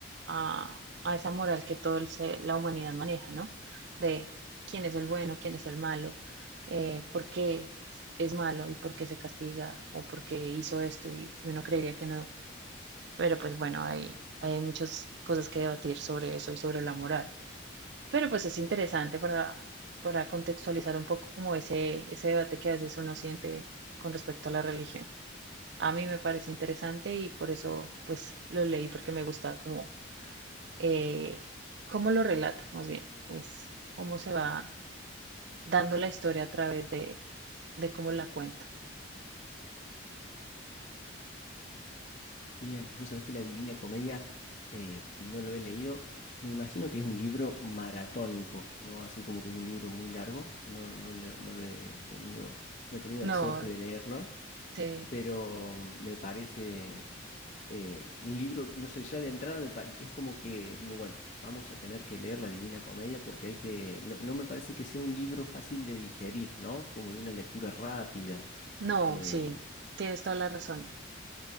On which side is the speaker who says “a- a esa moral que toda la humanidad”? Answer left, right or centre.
Right